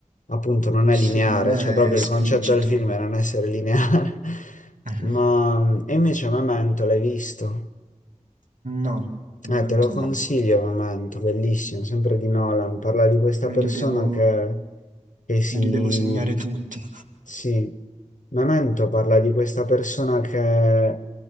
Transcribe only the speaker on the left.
appunto, non
è lineare,
cioè proprio
il concetto del film è non essere lineare. <laughs>
Ma mh, e invece Memento l'hai visto?
Eh,
te lo consiglio,
Memento, bellissimo, sempre di Nolan. Parla di questa
persona
che, che si...
Sì, Memento parla di questa persona che